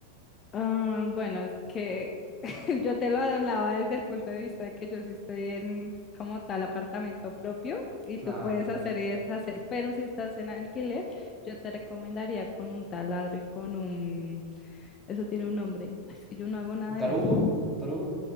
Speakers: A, on the left; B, in the centre.
A: Ah, bueno, es que <laughs> Yo te lo hablaba desde el punto de vista de que yo sí estoy en como tal apartamento propio y
B: Claro.
A: tú puedes hacer y deshacer, pero si estás en alquiler, yo te recomendaría con un taladro y con un... Eso tiene un nombre. Ay, Es que yo no hago nada
B: ¿Un tarugo?
A: de eso.
B: ¿Un tarugo?